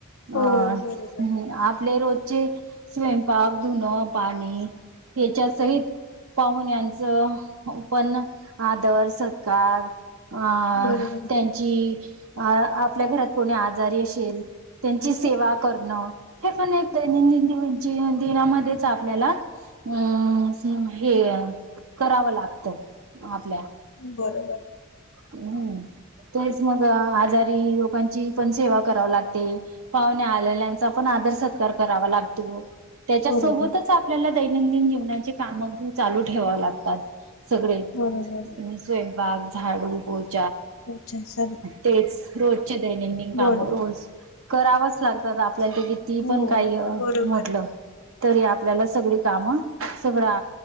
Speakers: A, on the right (about 85°); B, on the left (about 80°).
A: अ
B: हो
A: आप
B: बरोबर
A: आपले रोजचे स्वयंपाक धुनं पाणी हेच्या सहित पाहुण्यांचं पण आदर सत्कार अ
B: बरोबर
A: त्यांची अ आपल्या घरात कोणी आजारी असेल त्यांची सेवा करणं हे पण एक ज दिनामध्येच आपल्याला अम हे करावं लागतं आपल्या
B: बरोबर
A: हम्म ते मग आजारी लोकांची पण सेवा करावी लागते पाहुण्या आलेल्यांचा पण आदर करावा लागतो त्याच्या
B: बरोबर
A: सोबतच आपल्याला दैनंदिन जीवनाचे काम चालू ठेवा लागतात सगळे
B: बरोबर
A: स्वयंपाक झाडू बोत
B: अच्छा
A: तेच रोजचे दैनंदिन काम
B: बरोबर
A: रोज करावच लागतात आपल्याला त किती
B: हो
A: पण काही
B: बरोबर
A: म्हटलं तरी आपल्याला सगळी कामं सगळा